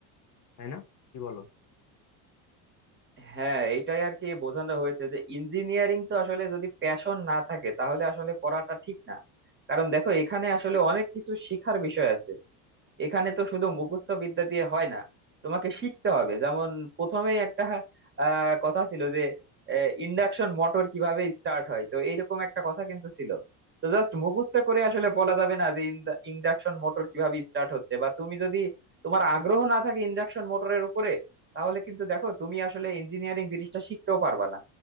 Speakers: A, on the left; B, on the right.
A: তাই না কি বলো
B: হ্যাঁ এটাই আর কি বোঝানো হয়েছে যে ইঞ্জিনিয়ারিং তো আসলে যদি প্যাশন না থাকে তাহলে আসলে পড়াটা ঠিক না কারণ দেখো এখানে আসলে অনেক কিছু শিখার বিষয় আছে এখানে তো শুধু মুখস্থ বিদ্যা দিয়ে হয় না তোমাকে শিখতে হবে যেমন প্রথমেই একটা আহ কথা ছিল যে ইন্ডাকশন মোটর কিভাবে স্টার্ট হয় তো এইরকম একটা কথা কিন্তু ছিল তো জাস্ট মুখস্থ করে আসলে বলা যাবে না যে ইন্ডাকশন মোটর কিভাবে স্টার্ট হচ্ছে বা তুমি যদি তোমার আগ্রহ না থাকে ইন্ডাকশন মোটরের উপরে তাহলে কিন্তু দেখো তুমি আসলে ইঞ্জিনিয়ারিং জিনিসটা শিখতেও পারবা না